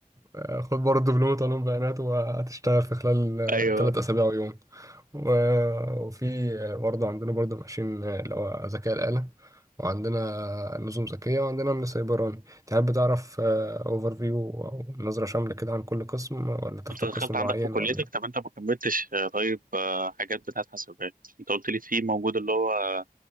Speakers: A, on the right (about 20°); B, on the right (about 65°).
A: آه، خد برضه دبلومة علوم بيانات وهتشتغل في خلال
B: ايوه
A: ثلاث أسابيع ويوم و- وفي برضه عندنا برضه ماشين اللي هو ذكاء الآلة وعندنا نظم ذكية وعندنا من سيبراني تحب تعرف اوفر فيو أو نظرة شاملة كده عن كل قسم ولا تختار
B: انت دخلت
A: قسم
B: عندك
A: معين
B: في كليتك
A: ولا
B: طب انت ما كملتش آه، طيب آه، حاجات بتاعت حاسبات انت قلت لي في موجود اللي هو